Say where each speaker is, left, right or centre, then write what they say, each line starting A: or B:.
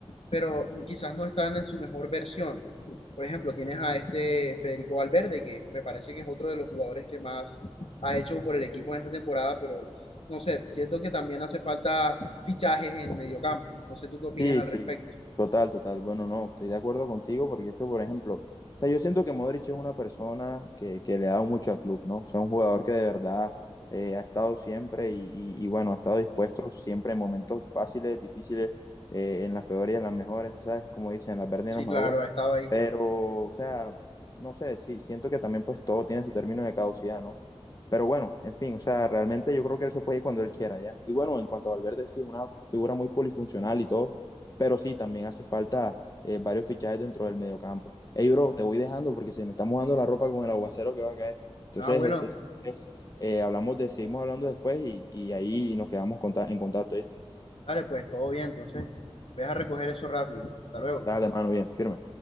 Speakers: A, on the left; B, on the left.
A: pero quizás no están en su mejor versión. Por ejemplo, tienes a este Federico Valverde, que me parece que es otro de los jugadores que más ha hecho por el equipo en esta temporada, pero no sé, siento que también hace falta fichajes en mediocampo. No sé tú qué opinas
B: Sí,
A: al
B: sí,
A: respecto.
B: total, total. Bueno, no, estoy de acuerdo contigo porque es que, por ejemplo, o sea, yo siento que Modric es una persona que, que le ha dado mucho al club, ¿no? O sea, un jugador que de verdad eh, ha estado siempre y, y- y, bueno, ha estado dispuesto siempre en momentos fáciles, difíciles, eh, en las peores y en las mejores, ¿sabes? Como dicen, en las verdes
A: Sí,
B: y en las
A: claro,
B: maduras.
A: ha estado ahí.
B: Pero, o sea, no sé, sí, siento que también pues todo tiene su término de caducidad, ¿no? Pero bueno, en fin, o sea, realmente yo creo que él se puede ir cuando él quiera, ¿ya? Y bueno, en cuanto a Valverde, sí, es una figura muy polifuncional y todo, pero sí, también hace falta eh, varios fichajes dentro del mediocampo. Hey, bro, te voy dejando porque se me está mojando la ropa con el aguacero que va a caer. Entonces,
A: Ah, bueno,
B: este, es, eh, hablamos de, seguimos hablando después y, y ahí nos quedamos conta en contacto. ¿viste?
A: dale, pues todo bien, entonces, ve a recoger eso rápido. Hasta luego.
B: Dale, mano, bien, firme.